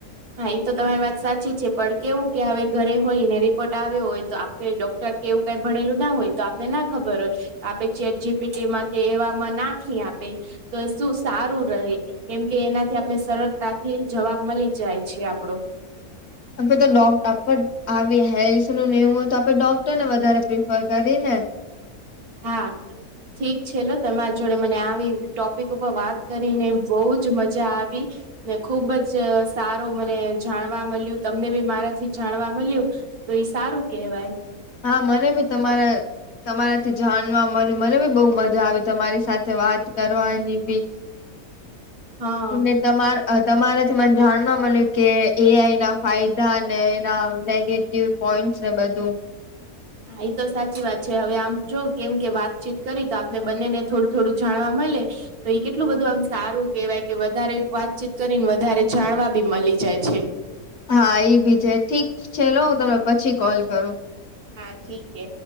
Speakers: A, on the right; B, on the left.
A: હા ઈ તો તમારી વાત સાચી છે પણ કેવું કે હવે ઘરે હોયને રિપોર્ટ આવ્યો હોય તો આપડે ડોક્ટર કે એવું કઈ ભણેલું ના હોય તો આપને ના ખબર હોય આપે ચેટ જીપીટી માં કે એવામાં નાખી આપે. તો એ શું સારું રહે. કેમ કે એનાથી આપણ ને સરળતાથી જવાબ મળી જાય છે આપડો.
B: અમતો તો લો આપડું આવી હેલ્થ નું નેવું તો આપણે ડોક્ટરને વધારે પ્રિફર કરયે ને.
A: હા ઠીક છે લો તમારા જોડે મને આવી ટોપિક ઉપર વાત કરીને બો જ મજા આવી ને ખુબ જ સારો મને જાણવા મળ્યું તમને બી મારાથી જાણવા મળ્યું તો ઈ સારું કહેવાય.
B: હા મને બી તમારા તમારા થી જાણવા મળ્યું મને બી બો મજા આવી તમારી સાથે વાત કરવાની બી
A: <inaudible>
B: <inaudible>
A: હા.
B: તમાર તમારેથી મને જાણવા મળ્યું કે એ આઈ ના ફાયદા અને એના નેગેટિવ પોઈન્ટસ ને બધું
A: હા ઈ તો સાચી વાત છે હવે આમ જો કેમ કે વાતચીત કરયે તો આપને બંનેને થોડું થોડું જાણવા મળે. તો ઈ કેટલું બધું આમ સારું કેહવાય કે વધારે વાતચીત કરીને વધારે જાણવા બી મળી જાય છે.
B: હા એઈ ભી છે ઠીક છેલો હું તમે પછી કોલ કરું
A: હા ઠીકે